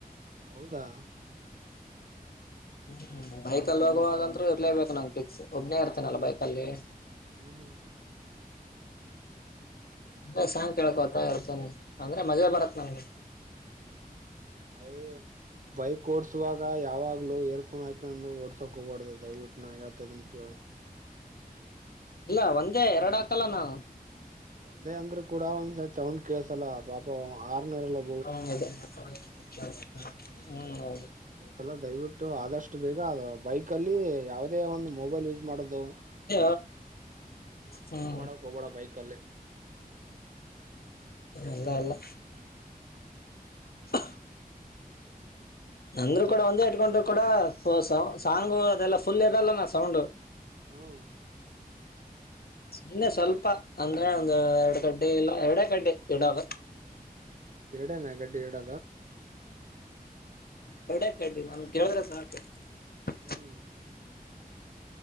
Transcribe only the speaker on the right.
ಹೌದಾ!
ಹ್ಮ ಹ್ಮ <inaudible>
ಏಯ್ ಬೈಕ್ ಓಡ್ಸುವಾಗ ಯಾವಾಗ್ಲೂ ಇಯರ್ಫೋನ್ ಹಾಕೆಂಡ ಓಡ್ ಸೊಕ್ಕು ಹೊಡದ ಇಟ್ ನ ಹೇಳ್ತ ಇದನ ಕೇಳು <unintelligible>
ಒಂದೇ ಅಂದ್ರರು ಕೂಡ ಒಂದ್ ಸೌಂಡ್ ಕೇಳಸಲ್ಲ ಪಾಪ ಆರ್ನೇರಲ್ಲಾ.
ಕಳ್ಸಲ್ಲಾ ದಯವಿಟ್ಟು ಆದಷ್ಟು ಬೇಗ ಬೈಕ್ ಅಲ್ಲಿ ಯಾವದೇ ಒಂದು ಮೊಬೈಲ್ ಯೂಸ್ ಮಾಡೋದು.
ಹ್ಮ್
ಯೂಸ್
ಮಾಡಕ್ ಹೋಗ್ಬೇಡ ಬೈಕಲ್ಲಿ
ನಿಜ
ಹ್ಮ <inaudible>
ಎರಡೇನಾ ಗಡ್ಡಿ ಇಡದು
ಹ್ಮ್,